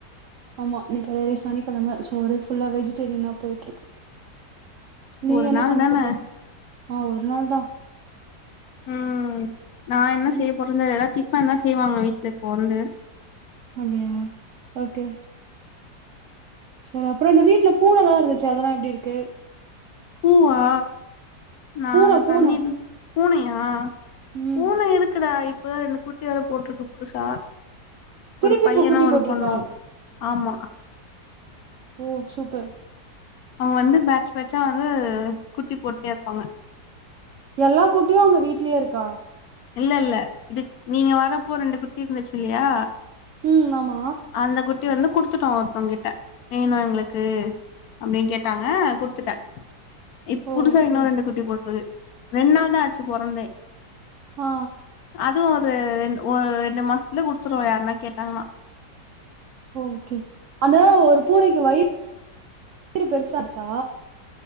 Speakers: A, on the right; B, on the left.
A: ஆமா இன்னிக்கி ஒர சனிக்கிழம சோ ஒரே ஃபுல்லா வெஜிடேரியனா போயிட்டு இருக்கு நீ
B: ஒரு
A: என்ன
B: நாள்
A: சமைக்க
B: தான
A: போற ஆ ஒரு நாள் தா
B: ம் நா என்ன
A: ம்,
B: செய்ய போறேந்த ஏதாவது டிஃபன் தா செய்வாங்க வீட்டுல இப்போ வந்து
A: அப்டியா ஓகே சேரி அப்றோ இந்த வீட்டுல பூனெல்லா இருந்துச்சு அதெல்லா எப்டி இருக்கு
B: பூவா நாங்க
A: பூனை பூனை
B: தண்ணில பூனையா
A: ம்
B: பூன எதுக்குடா இப்ப வேற ரெண்டு குட்டி வேற போட்ருக்கு புதுசா
A: திருப்பி
B: ஒரு பையனு
A: இப்ப குட்டி
B: ஒரு
A: போட்டிருக்கா
B: பொண்ணு ஆமா
A: ஓ சூப்பர்
B: அவன் வந்து பேட்ச் பேட்சா வந்து குட்டி போட்டே இருப்பாங்க
A: எல்லா குட்டியு உங்க வீட்லியே இருக்கா
B: இல்ல இல்ல இது நீங்க வரப்போ ரெண்டு குத்தி இருந்துச்சு இல்லையா
A: ம் ஆமா
B: அந்த குட்டி வந்து குடுத்துட்டோ ஒருத்தவ கிட்ட வேணு எங்களுக்கு அப்டின்னு கேட்டாங்க குடுத்துட்டே இப்
A: ஓகே
B: புதுசா இன்னோ ரெண்டு குட்டி போட்ருக்கு ரெண்டு நாள் தா ஆச்சு பொறந்தே
A: ஆ
B: அதுவு ஒரு ரெ ஒரு ரெண்டு மாசத்துல குடுத்துருவோ யார்ன்னா கேட்டாங்கன்னா
A: ஓகே அந்த ஒரு பூனைக்கு வயிறு பெருசாச்சா